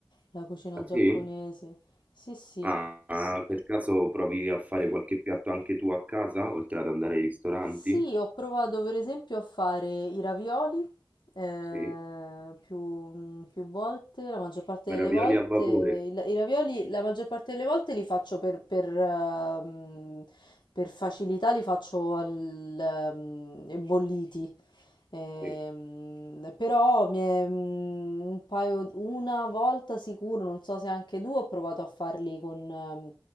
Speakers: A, on the left; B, on the right.
A: la cucina
B: Ah
A: giapponese.
B: sì?
A: Sì, sì,
B: Ah, per caso provi a fare qualche piatto anche tu a casa, oltre ad andare ai ristoranti?
A: Sì, ho provato per esempio a fare i ravioli eh,
B: Sì?
A: più, più volte, la maggior parte
B: Ravioli
A: delle volte,
B: a vapore?
A: il- i ravioli la maggior parte delle volte li faccio per, per, ehm, per facilità, li faccio al, ehm, bolliti. Ehm,
B: Sì.
A: però mi è, mm, un paio, una volta sicuro, non so se anche due, ho provato a farli con, ehm,